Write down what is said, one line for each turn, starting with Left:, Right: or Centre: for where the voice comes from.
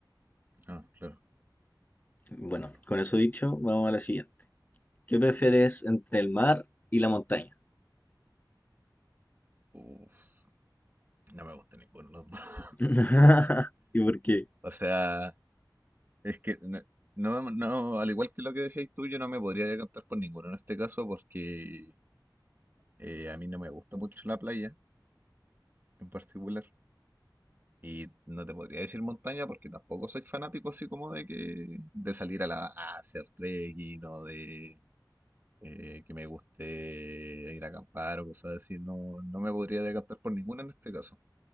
Right: ah, claro,
Left: Bueno,
Right: claro.
Left: con eso dicho, vamos a la siguiente. ¿Qué prefieres entre el mar y la montaña?
Right: Uf. No me gusta ninguno de los dos. <laughs>
Left: <laughs> ¿Y por qué?
Right: O sea, es que no, no, no, al igual que lo que decías tú, yo no me podría decantar por ninguno en este caso porque eh, a mí no me gusta mucho la playa en particular. Y no te podría decir montaña porque tampoco soy fanático así como de que de salir a, la, a hacer trekking o de eh, que me guste ir a acampar o cosas así. No, no me podría decantar por ninguna en este caso.